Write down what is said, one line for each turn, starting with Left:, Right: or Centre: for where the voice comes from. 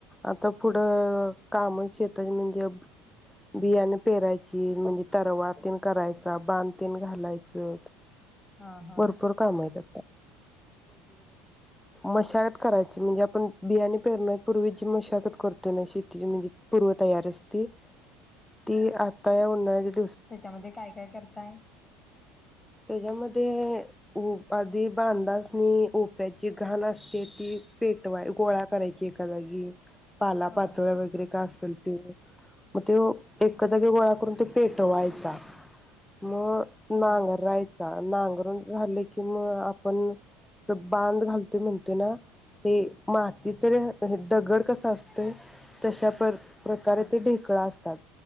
Centre: आता पुढ
Left: ह
Centre: काम शेतात म्हणजे बियाणे पेरायची, म्हणजे तरवा तेन करायचा, बांधतेण घालायचं.
Left: हा हा
Centre: भरपूर काम आहेत आता. मशागत करायची म्हणजे, आपण बियाणे पेरण्यापूर्वीची मशागत करतोय म्हणजे, पूर्व तयारी असते ती आता या उन्हात
Left: त्याच्यामध्ये काय काय करताय?
Centre: तेजा मध्ये आधी बांधा ओप्याची घाण असते ती पेटवाय, गोळा करायची एका जागी. पाला
Left: हा
Centre: पाचोळ्या वगैरे कास मग ते एका जागी गोळा करून तो पेटवायचा. मग
Left: हा
Centre: नांगराय नांगरुण झाल कि मग आपण. अस बांध घालते म्हणते, ना ते मातीच हे दडगड कसा असतंय तशाप प्रकारे
Left: हा
Centre: ते ढेकळा असतात.